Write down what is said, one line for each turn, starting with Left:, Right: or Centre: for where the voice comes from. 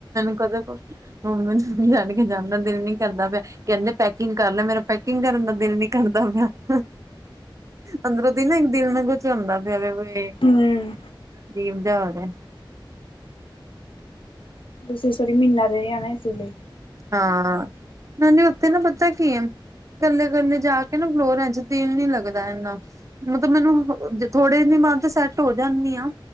Right: ਕਦੇ ਮੈਨੂੰ ਛੱਡ ਕੇ ਜਾਂਣ ਦਾ ਦਿਲ ਨੀ ਕਰਦਾ ਪਿਆ। ਕਹਿੰਦੇ ਪੈਕਿੰਗ ਕਰ ਲੈ ਮੇਰਾ ਪੈਕਿੰਗ ਕਰਨ ਦਾ ਦਿਲ ਨੀ ਕਰਦਾ ਪਿਆ। ਅੰਦਰੋਂ ਦੀ ਨਾ ਇੱਕ ਦਿਲ ਨੂੰ ਕੁਛ ਹੁੰਦਾ ਪਹਿਲੇ ਵੀ,
Left: ਹਮ
Right: ਅਜੀਬ ਜਾ ਹੋਰ ਰਿਹਾ।
Left: ਤੁਸੀਂ ਇਸ ਵਰੀ ਮਹੀਨਾ ਰਹੇ ਆ ਨਾ ਇਸੇ ਲਈ,
Right: ਹਾਂ, ਨੀ ਉੱਥੇ ਨਾ ਪਤਾ ਕੀ ਆ। ਕੱਲੇ ਕੱਲੇ ਜੇ, ਕੇ ਨਾ ਫਲੋਰਾਂ ਚੋ, ਦਿਲ ਨੀ ਲੱਗਦਾ ਇੰਨਾ। ਮਤਲਬ ਮੈਨੂੰ ਥੋੜੇ ਵੀ ਮਨ ਸੈਟ ਹੋ ਜਾਂਦੀ ਹਾਂ